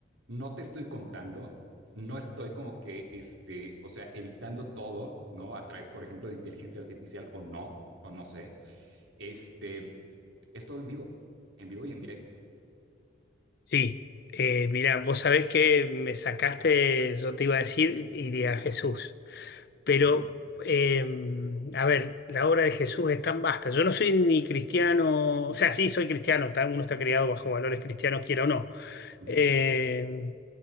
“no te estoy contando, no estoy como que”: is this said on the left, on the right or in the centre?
Right